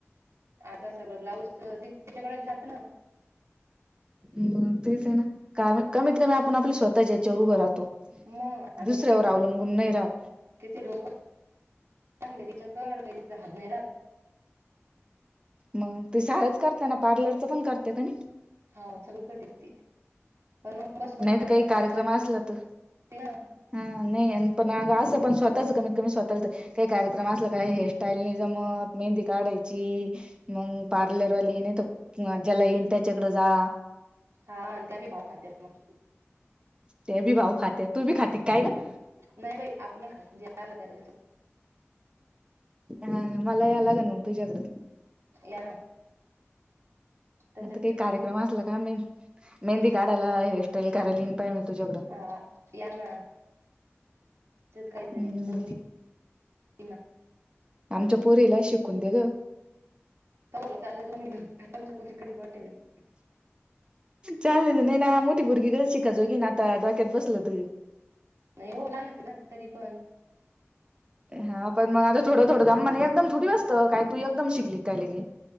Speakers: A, on the right (about 75°); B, on the right (about 20°).
A: आता सगळं ब्लाऊज ती तिच्याकडच जात ना
B: म तेच ये ना का कमीत कमी आपण आपल स्वतःच्या याच्यावर उभं राहतो.
A: मग आता
B: दुसऱ्यावर अवलंबून नाही राहत.
A: किती लोक -लागले तिच्याकड काय तिचा हाद नाही राहत.
B: मंग ते सारंच करता ना पार्लरचं पण करत्यात आणि
A: हा सगळं करते की ती पण मग बसू बसू
B: नाही
A: पण
B: तर काही
A: कंबर
B: कार्यक्रम
A: जात
B: असला तर
A: ते ना
B: हा नाही पण आग असं पण स्वतःच कमी कमी स्वतः चालत काही कार्यक्रम असला काय हेअरस्टाईल नाही जमत मेहंदी काढायची मंग पार्लरवाली नाय त ज्याला येईन त्याच्याकडं जा
A: हा आणि त्या बी भाव खात्यात मंग
B: त्या बी भाव खात्यात तू बी खाती काय ग
A: नाय बाई आपण नाई खात जे आलं त्याला देतो.
B: हा मला यायला लागन मंग तुझ्याकड
A: यां ना त्याच्यात
B: आता काही कार्यक्रम असला का मे मेंहंदी काढायला हेअरस्टाईल करायला येईन. पाय मी तुझ्याकडं
A: हा या ना त्याच्यात काय तरी
B: हम्म
A: करून देईन ईन ना
B: आमच्या पोरीलाई शिकून दे ग
A: तवर लोक चालल्या तुम्ही तुमच्या पोरी कधी मोठ्या होईल.
B: चालले तर <unintelligible> ना मोठी पोरगी ग शिक - त्या जोगी ना आता डोक्यात बसलं त
A: नाय हो लहान ये ना तरीपण
B: हा पण मग आता थोडं थोडं दमानी एकदम थोडी असतं काय तू एकदम शिकली काय लगे